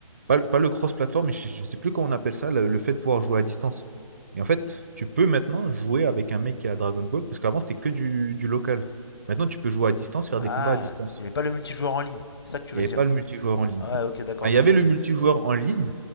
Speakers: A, on the right; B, on the left.
A: pas, le- pas le cross-platform, mais je ne sais plus comment on appelle ça, le, le fait de pouvoir jouer à distance. Et en fait, tu peux maintenant jouer avec un mec qui a Dragon Ball, parce qu'avant, c'était que du, du local. Maintenant, tu peux jouer à distance, faire
B: Ah,
A: des combats à distance.
B: il n'y avait pas le multijoueur en ligne. C'est ça que tu
A: Il
B: veux
A: n'y avait
B: dire.
A: pas le multijoueur en ligne.
B: Ouais,
A: Enfin,
B: ok, d'accord, je
A: il y avait
B: vois.
A: le multijoueur en ligne,